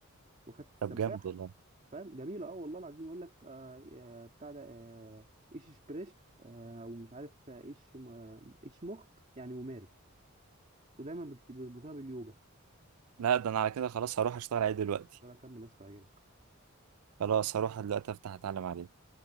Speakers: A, on the right; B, on the right.
A: وخدت السباح
B: طب جامد والله
A: فاهم جميلة اه والله العظيم يقول لك آه آه، بتاع ده آه ايش إشبريش آه ومش عارف آه، ايش م- آه، ايش مخت يعني ممارس ودايما بيكت- بيربطوها باليوجا
B: لا ده انا على كده خلاص هروح اشتغل عليه دلوقتي
A: ده بكمل يا اسطى هيعجبك
B: خلاص هروح دلوقتي افتح اتعلم عليه